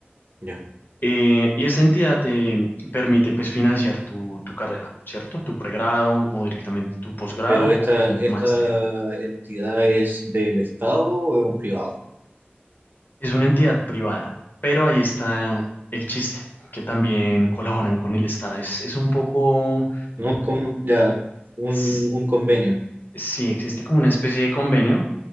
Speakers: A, on the right; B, on the left.
A: Ya.
B: Eh, y esa entidad te permite pues financiar tu, tu carrera, ¿cierto? Tu pregrado o directamente tu posgrado
A: Pero esta,
B: o pues
A: esta
B: maestría.
A: entidad es del Estado o es un privado?
B: Es una entidad privada, pero ahí está el chiste, que también colaboran con el Estado. Es, es un poco,
A: No es como ya un,
B: s-
A: un convenio.
B: sí, existe como una especie de convenio,